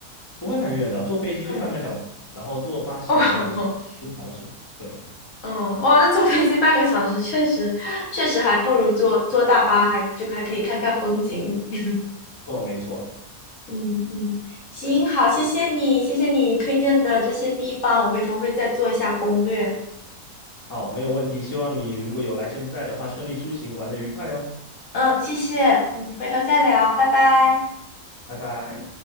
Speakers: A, on the left (about 20°); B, on the left (about 60°).
A: 不会很远的。坐飞机就半个小时，
B: 嗯，
A: 然后坐巴士的话也一个小时。
B: 哦 <laughs>
A: 对，
B: 嗯，哇，那坐飞机半个小时，确实确实还不如坐坐大巴，还就还可以看看风景。<laughs>
A: 错，没错，
B: 嗯嗯，行，
A: 对，
B: 好，谢谢你，谢谢你推荐的这些地方，我回头会再做一下攻略。
A: 好，没有问题。希望你如果有来柬埔寨的话，顺利出行，玩得愉快哦，
B: 嗯，谢谢，嗯，回头再聊，拜拜。
A: 拜拜。